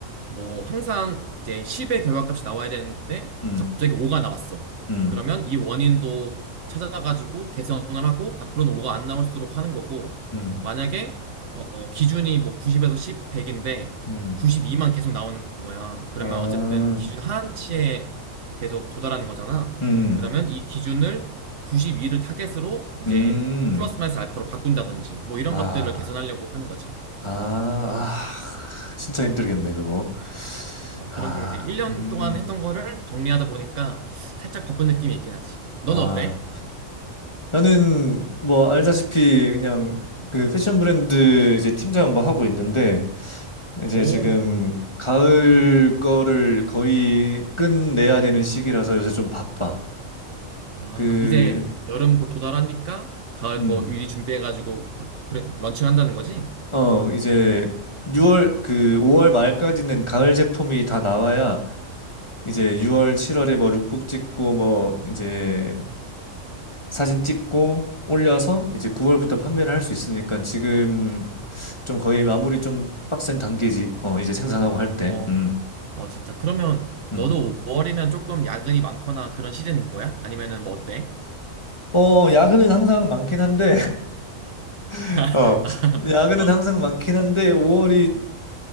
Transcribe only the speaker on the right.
뭐 항상 이제 10의 결과값이 나와야 되는데
갑자기 5가 나왔어.
그러면 이 원인도 찾아가지고 개선을 하고 앞으로는 5가 안 나올수록 하는 거고
만약에 어, 기준이 뭐 90에서 10, 100인데
92만 계속 나오는 거야. 그러면
어쨌든 기준 하한치에 계속 도달하는 거잖아.
그러면 이 기준을 92를 타겟으로 이제
플러스 마이너스 알파로 바꾼다든지 뭐 이런
것들을 개선하려고 하는 거지.
어,
그런 게 이제 1년
동안 했던 거를 정리하다 보니까 살짝 바쁜 느낌이 있긴 하지. 넌
어때?
오,
야,
이제 여름 곧 도달하니까 가을
거 미리 준비해가지고 브레- 브레- 런칭한다는 거지?
어,
어, 진짜. 그러면
너도 5월이면 조금 야근이 많거나 그런 시즌인 거야? 아니면은 뭐 어때?
<laughs>
어.